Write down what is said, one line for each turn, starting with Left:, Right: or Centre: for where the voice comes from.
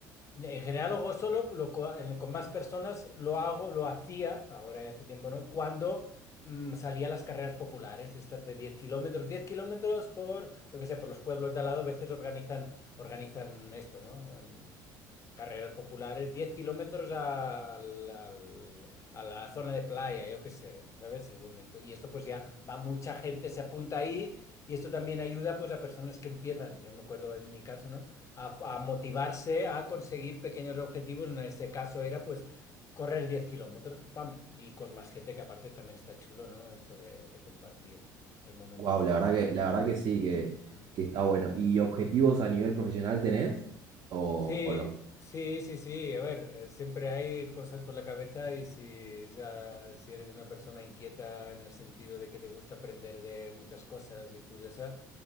Left: En general lo hago solo, lo co- en- con más personas lo hago, lo hacía, ahora ya hace tiempo no, cuando mm, salía a las carreras populares, estas de 10 kilómetros, 10 kilómetros por, lo que sé, por los pueblos de al lado, a veces organizan, organizan esto, ¿no? En Carreras populares, 10 kilómetros a, al- al- a la zona de playa, yo qué sé, ¿sabes? Según esto. Y esto pues ya va mucha gente, se apunta ahí y esto también ayuda pues a personas que empiezan, yo me acuerdo en mi caso, ¿no? a, a motivarse a conseguir pequeños objetivos. En este caso era pues correr 10 kilómetros, pam, y con más gente que aparte también está chulo, ¿no? Esto de, de compartir el momento
Right: Wow,
Left: con...
Right: la verdad que, la verdad que sí, que,
Left: Ujú.
Right: que está bueno. ¿Y objetivos a nivel profesional tenés? ¿O,
Left: Sí,
Right: o no?
Left: sí, sí, sí. A ver, eh, siempre hay cosas por la cabeza y si, ya, si eres una persona inquieta en el sentido de que te gusta aprender de muchas cosas y curiosa,